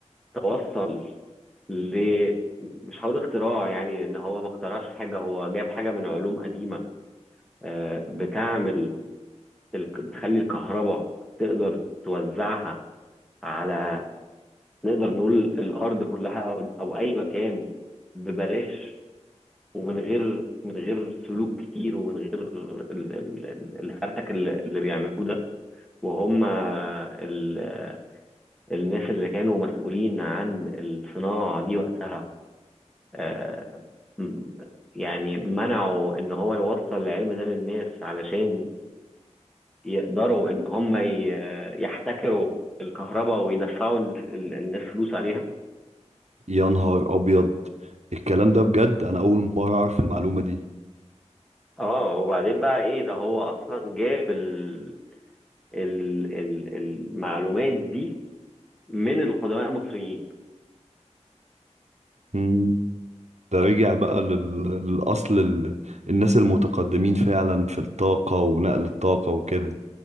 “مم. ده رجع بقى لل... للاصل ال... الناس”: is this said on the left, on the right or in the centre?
Right